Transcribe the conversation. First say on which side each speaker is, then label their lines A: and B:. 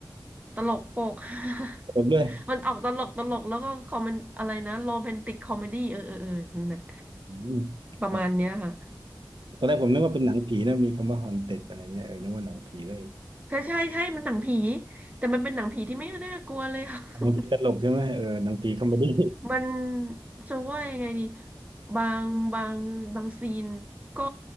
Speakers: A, on the right; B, on the right.
A: ตลกโปก <laughs>
B: จบด้วย
A: มันออกตลกตลกแล้วก็คอมเมนอะไรนะโรแมนติกคอมเมดี้เออเออเออนั่นแหละ
B: อืม
A: ประมาณเนี้ยค่ะ
B: ครับตอนแรกผมนึกว่าเป็นหนังผีนะมีคำว่าฮอนเต็ดอะไรเงี้ยเออนึกว่าหนังผีเลย
A: ใช่ใช่ใช่มันหนังผี แต่มันเป็นหนังผีที่ไม่น่ากลัวเลยค่ะ
B: หนังผีตลกใช่ไหมเออหนังผีคอมเมดี้
A: <laughs> มันจะว่ายังไงดีบางบางบางซีนก็